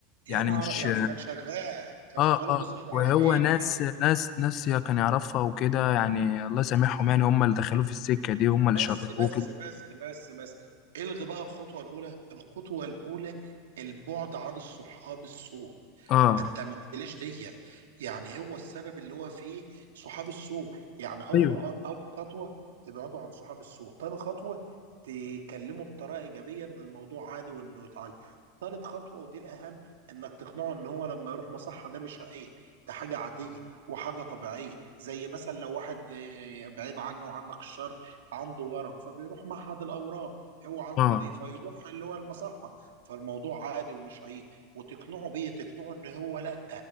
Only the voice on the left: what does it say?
يعني
مش
اه
اه وهو
ناس
ناس ناس يا كان يعرفها وكده يعني الله يسامحهم يعني هم اللي دخلوه في السكه دي هم اللي
شربوه
كده
اه
ايوه
اه